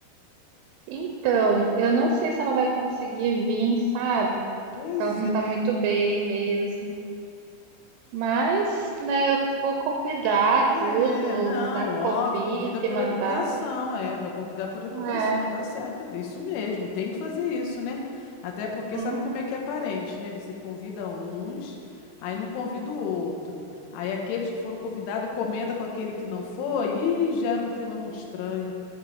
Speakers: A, on the right (about 80°); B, on the left (about 80°).
A: Então, eu não sei se ela vai conseguir vir, sabe?
B: Pois
A: Ela não
B: é.
A: tá muito bem mesmo. Mas, né, eu vou convidar
B: É,
A: tudo,
B: não,
A: mandar
B: óbvio,
A: convite,
B: convida por
A: mandar.
B: educação, é, vai convidar por educação,
A: É.
B: tá certo, é isso mesmo, tem que fazer isso, né? Até porque
A: Uhum,
B: sabe como é que é parente, né? Você convida uns, aí não convida o outro. Aí aqueles que foram convidados comenta com aquele que não foi e gera um clima muito estranho.